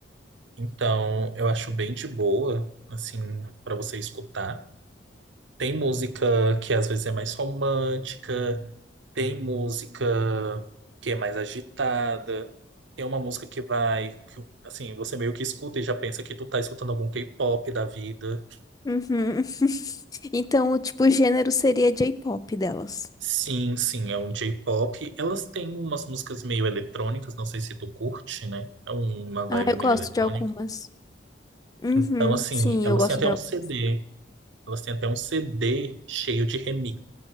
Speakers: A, on the right; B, on the left.
A: então eu acho bem de boa, assim, pra você escutar. Tem música que às vezes é mais romântica, tem música que é mais agitada, tem uma música que vai, que, assim, você meio que escuta e já pensa que tu tá escutando algum K-pop da vida.
B: Uhum. <laughs> Então, o tipo, o gênero seria J-pop delas.
A: Sim, sim, é um J-pop. Elas têm umas músicas meio eletrônicas, não sei se tu curte, né? É uma vibe
B: Ah, eu
A: meio
B: gosto
A: eletrônica.
B: de algumas. Uhum.
A: Então, assim,
B: Sim,
A: elas
B: eu gosto
A: têm até
B: de
A: um
B: algumas.
A: CD. Elas têm até um CD cheio de remix